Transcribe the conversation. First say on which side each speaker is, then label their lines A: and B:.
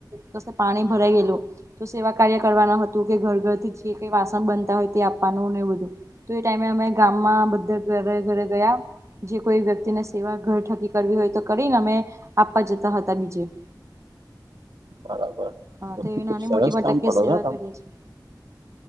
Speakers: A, on the right; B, on the right.
A: કસે પાણી ભરાઈ ગયેલું. તો સેવા કાર્ય કરવાનું હતું, કે ઘરથી જે કઈ વાસણ બનતા હોય તે આપવાનું નને એવું બધું. તો એ ટાઈમે અમે ગામમાં બધા ઘરે ઘરે ગયા. જે કોઈ વ્યક્તિને સેવા ઘરઠકી કરવી હોય અમે આપવા જતા હતા બીજે.
B: બરાબર
A: હા
B: ખૂબ
A: તો એવી નાની
B: સરસ
A: મોટી મતલબ
B: કામ
A: કે
B: કરો
A: સેવા
B: છો તમે.
A: કરીએ છીએ